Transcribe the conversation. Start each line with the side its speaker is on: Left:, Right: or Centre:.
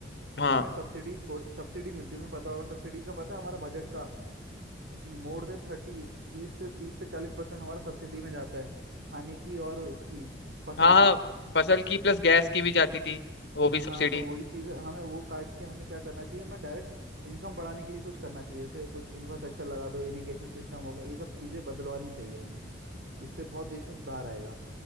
Left: हाँ
Right: हमें सब्सिडी छोड़ सब्सिडी मिलती है तुम्हें पता होगा सब्सिडी का पता है हमारा बजट का मोर देन थर्टी तीस से तीस से चालीस परसेंट हमारा सब्सिडी में जाता है खाने की और उसकी फसल
Left: हाँ हाँ
Right: की
Left: फसल की प्लस गैस की भी जाती थी वो भी सब्सिडी
Right: हाँ तो वही चीज़ है हमें वो काट के हमें क्या करना चाहिए हमें डायरेक्ट इनकम बढ़ाने के लिए कुछ करना चाहिए जैसे कुछ इंफ्रास्ट्रक्चर लगा दो इरिगेशन सिस्टम हो गया ये सब चीज़ें बदलवानी चाहिए हमें इससे बहुत देश में सुधार आएगा